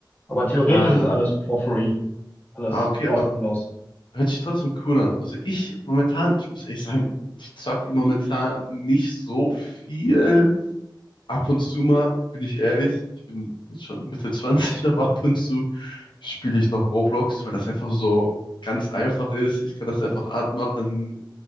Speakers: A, on the left (about 20°); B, on the left (about 75°).
A: Aber theoretisch
B: Ah,
A: ist alles for free, alles
B: ah, okay,
A: kostenlos.
B: aber Hört sich trotzdem cool an. Also ich momentan, ich muss ehrlich sagen, ich zock im momentan nicht so viel. Ab und zu mal, bin ich ehrlich, ich bin jetzt schon Mitte 20, <laughs> aber ab und zu spiele ich noch Roblox, weil das einfach so ganz einfach ist. Ich kann das einfach anmachen,